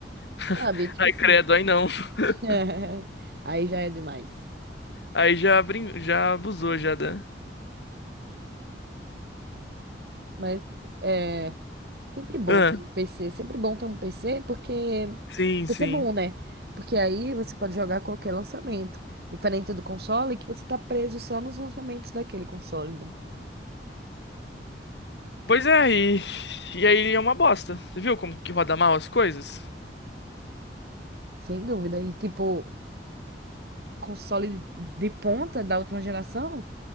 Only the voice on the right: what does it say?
sabe? Tipo
assim.
<laughs>
É, aí já é demais.
Mas é sempre bom
ter um PC, sempre bom ter um PC, porque
PC
é bom, né? Porque aí você pode jogar qualquer lançamento. Diferente do console, que você tá preso só nos lançamentos daquele console, né?
Sem dúvida. E tipo, console de ponta da última geração,